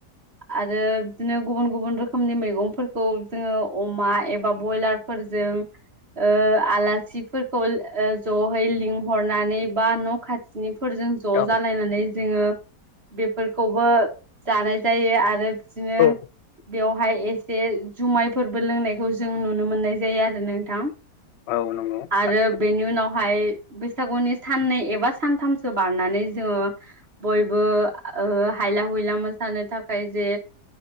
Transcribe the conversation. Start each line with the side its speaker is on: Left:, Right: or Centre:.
Right: आरो बिदिनो गुबुन गुबुन रोखोमनि मैगंफोरखौ जोङो अमा एबा बयलार फोरजों ओ आलासिफोरखौ जयै लिंहरनानै बा न' खाथिनि फोरजों ज'
Left: औ
Right: जालायनानै जोङो बेफोरखौबो जानाय जायो आरो बिदिनो
Left: औ
Right: बेवहाय एसे जुमाय फोरबो लोंनायखौ जों नुनो मोननाय जायो आरो नोंथां
Left: औ नंगौ
Right: आरो
Left: थारैनो
Right: बेनि उनावहाय बैसागुनि साननै एबा सानथामसो बारनानै जोङो बयबो ओ हायला हुइला मोसानो थाखाय जे